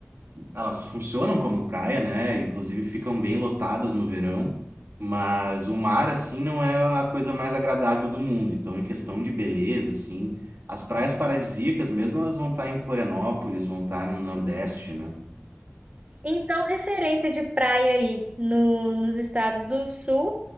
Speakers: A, on the right; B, on the right.
A: elas funcionam como praia, né? Inclusive ficam bem lotadas no verão, mas o mar assim não é a coisa mais agradável do mundo. Então, em questão de beleza, assim, as praias paradisíacas mesmo, elas vão estar em Florianópolis, vão estar no Nordeste, né?
B: Então, referência de praia aí no, nos estados do sul